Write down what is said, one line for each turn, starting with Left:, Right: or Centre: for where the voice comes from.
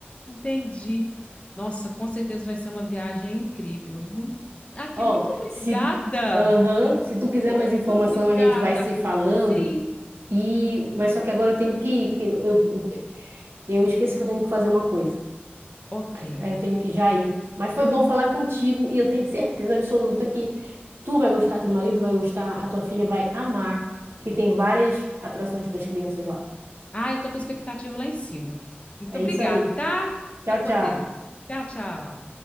Left: Entendi. Nossa, com certeza vai ser uma viagem incrível. Muito... Aqui,
Right: Ó,
Left: muito obrigada.
Right: se, aham, se tu quiser
Left: Muito
Right: mais informação,
Left: obrigada.
Right: a gente vai se falando.
Left: Sim.
Right: E, mas só que agora eu tenho que ir, que eu, eu, eu eu esqueci que eu tenho que fazer uma coisa.
Left: Ok.
Right: Aí aí eu tenho que já ir. Mas foi bom falar contigo e eu tenho certeza absoluta que tu vai gostar, teu marido vai gostar, a tua filha vai amar, que tem várias atrações para as crianças lá.
Left: Ah, eu tô com expectativa lá em cima. Muito
Right: É
Left: obrigada,
Right: isso aí.
Left: tá? Fica
Right: Tchau,
Left: com
Right: tchau.
Left: Deus. Tchau, tchau.